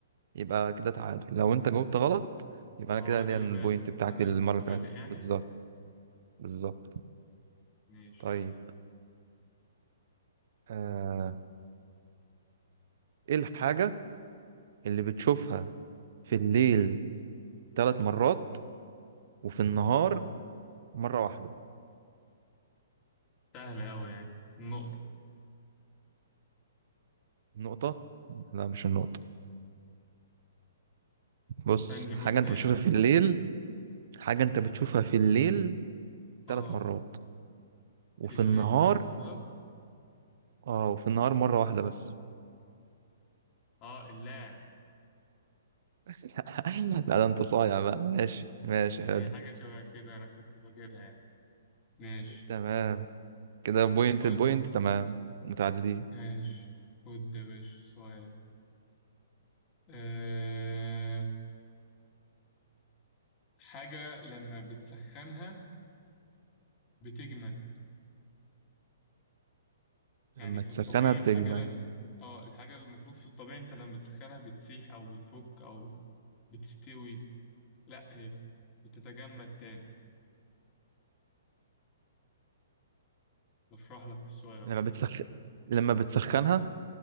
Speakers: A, on the right; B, on the left.
A: يبقى كده تعادل لو انت جاوبت غلط يبقى انا
B: اه
A: كده
B: انا
A: ليا
B: اللي
A: البوينت
B: بادئ
A: بتاعتي
B: انا
A: المره
B: اللي كنت
A: اللي
B: بادئ
A: فاتت
B: يعني
A: بالظبط بالظبط
B: ماشي
A: طيب
B: يلا
A: آه... ايه الحاجه اللي بتشوفها في الليل ثلاث مرات وفي النهار مره واحده
B: سهلة اوي يعني النقطة
A: النقطه لا مش النقطه بص
B: ثانية
A: حاجه
B: قول تاني
A: انت بتشوفها في الليل حاجه انت بتشوفها في الليل
B: اه
A: ثلاث مرات وفي
B: في الليل
A: النهار
B: ثلاث مرات
A: اه وفي النهار مره واحده بس
B: اه اللاعب
A: <laughs> لا ده انت صايع بقى ماشي ماشي حلو
B: هي حاجة شبه كده انا كنت فاكرها يعني ماشي
A: تمام كده بوينت
B: خد
A: البوينت تمام متعادلين
B: ماشي خد يا باشا سؤال أه... حاجة لما بتسخنها بتجمد يعني
A: لما
B: في
A: تسخنها
B: الطبيعي
A: بتجمل
B: الحاجة لم اه الحاجة اللي المفروض في الطبيعي انت لما بتسخنها بتسيح او بتفك او بتستوي لا هي بتتجمد تاني بشرح لك السؤال اهو
A: لما بتسخن لما بتسخنها